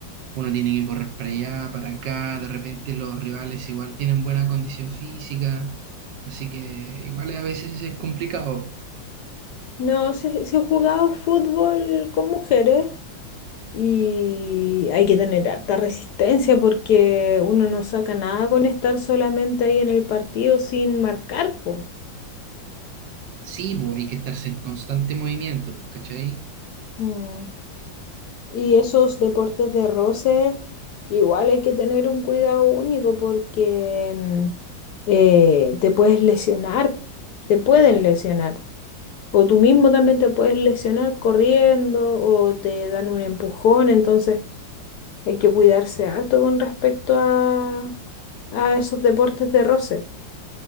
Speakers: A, on the right; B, on the left.
A: uno tiene que correr para allá, para acá. De repente los rivales igual tienen buena condición física, así que igual a veces es complicado.
B: No, si, si he jugado fútbol con mujeres y hay que tener harta resistencia porque uno no saca nada con estar solamente ahí en el partido sin marcar, po.
A: Sí, pues hay que estarse en constante movimiento, ¿cachai?
B: Mm. Y esos deportes de roce, igual hay que tener un cuidado único porque mm, eh, te puedes lesionar, te pueden lesionar. O tú mismo también te puedes lesionar corriendo o te dan un empujón, entonces hay que cuidarse harto con respecto a, a esos deportes de roce.